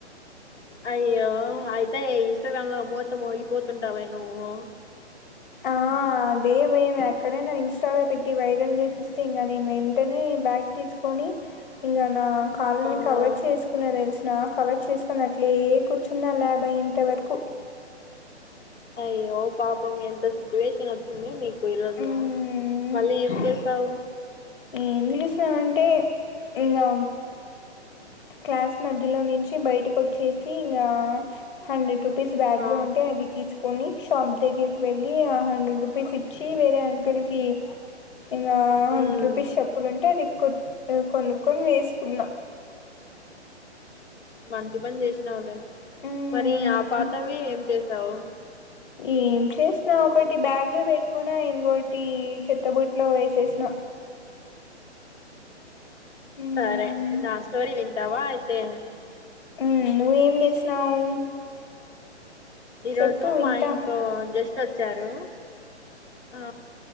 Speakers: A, on the left (about 45°); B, on the left (about 80°).
A: ఉ
B: అయ్యో అయితే ఇన్స్టాగ్రామ్ లో మూత్తం ముోగిపోతుంటావ నువ్వు
A: ఆ అదే భయం అక్కడేనా్ ఇన్స్టాలో పెట్టి వైరల్ పలు చేసిస్తే ఇంకా నేను వెంటనే బ్యాగ్ తీసుకొని ఇంకా నా కాలుని
B: ఆ
A: కవర్ చేసుకునే తెలుసు నా కవర్ చేసుకుని అట్లే కూర్చున్న ల్యాబ్యాభై ఇంత వరకు
B: అయ్యో పాపం ఎంత సిచువేషన్ వచ్చింది నీకుఇరోజ
A: మ్మ్
B: మళ్ళీ ఏం చేసావు
A: ఏం చేసినామంటే ఇంకా క్లాస్ మధ్యలో నుంచి బయటకు వచ్చేసి ఇంకా హండ్రెడ్ రూపీస్ బ్యాగ్లు
B: ఆ
A: ఉంటే అది తీసుకొని షాప్ దగ్గరికి వెళ్ళి ఆ హండ్రెడ్ రూపీస్ ఇచ్చి వేరే అంకుల్ కి ఇంకా హండ్రెడ్
B: మ్మ్
A: రూపీస్ చెప్పులు ఉంటే అది కొనుక్కొని వేసుకున్నా
B: మంచి పని చేసినావలేే
A: మ్మ్
B: మరి ఆ పాతవి ఏం చేసావు
A: ఏం చేసిన ఒకటి బ్యాగ్ లో పెట్టుకున్నా ఇంకోొటి చెత్తబుట్లో వేసేసిన మ్మ్
B: సరే నా స్టోరి వింటావా అయితే
A: ఉ నువ్వేం చేసినావు
B: ఈ రోజు
A: చెప్పు వింటా
B: మా ఇంట్లో గెస్ట్ వచ్చారు ఆ